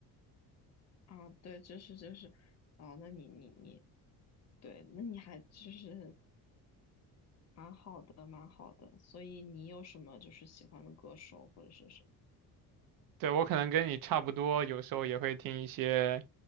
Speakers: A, on the left (about 40°); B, on the right (about 60°).
A: 啊，对，就是就是啊，那你你你对，那你还就是蛮好的，蛮好的。所以你有什么就是喜欢的歌手或者是什么？
B: 对，我可能跟你差不多，有时候也会听一些